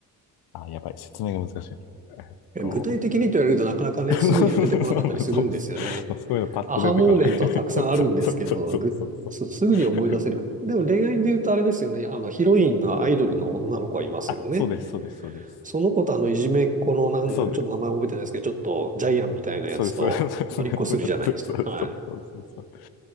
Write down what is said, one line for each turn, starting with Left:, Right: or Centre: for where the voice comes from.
Left: あ、やばい、説明が難しいな。えっと、
Right: え具体的にと言われるとなかなかね、
Left: <laughs> そうなんそうそうなんです。
Right: すぐには出てこなかったりするんですよね。
Left: そうすごいうのパッと出てこない。
Right: アハモーメントはたくさんあるんですけど、
Left: <laughs> そうそうそうそうそうそう。
Right: ぐ、す、すぐに思い出せるか。
Left: <laughs>
Right: でも恋愛で言うとあれですよね。あの、ヒロインがアイドルの女の子はいますよね。
Left: あ、そうです、そうです、そうです。
Right: その子とあの、いじめっ子のなんだか、
Left: そうです。
Right: ちょっと名前覚えてないですけど、ちょっとジャイアンみたいなやつと、
Left: そうです、そうです。そうですそうですそうそうそうそう。
Right: トリっこするじゃないですか。はい。